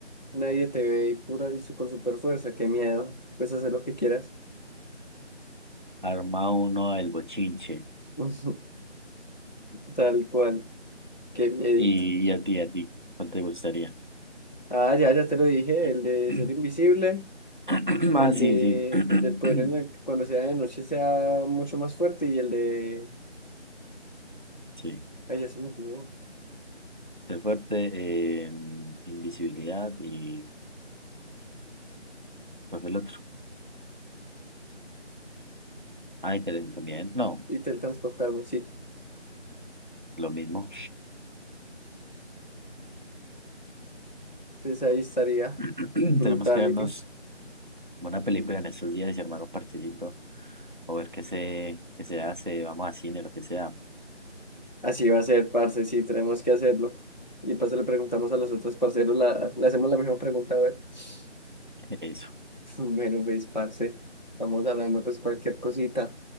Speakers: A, on the left; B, on the right.
A: nadie te ve y pura y su- con super fuerza, qué miedo. Puedes hacer lo que quieras.
B: Arma uno el bochinche.
A: <laughs> Tal cual, qué miedito.
B: Y, y a ti, a ti, ¿cuál te gustaría?
A: Ah, ya, ya te lo dije,
B: <clears throat>
A: el de ser invisible,
B: Ah,
A: el
B: sí,
A: de
B: sí. <clears throat>
A: el del poder en el que cuando sea de noche sea mucho más fuerte y el de
B: Sí,
A: ay, ya se me olvidó.
B: ser fuerte, eh, invisibilidad y ¿cuál fue el otro? Ay, tele- también, no,
A: Y teletransportarme, sí.
B: lo mismo.
A: Entonces ahí estaría
B: <clears throat>
A: brutality.
B: Tenemos que darnos Buena película en estos días y armar un parchecito o ver qué se, qué se hace, vamos a cine, lo que sea.
A: Así va a ser, parce, sí, tenemos que hacerlo. Y paso le preguntamos a los otros parceros, la, le hacemos la misma pregunta, a ver. <laughs>
B: <laughs> Eso,
A: Bueno, pues, parce, estamos hablando, pues, cualquier cosita.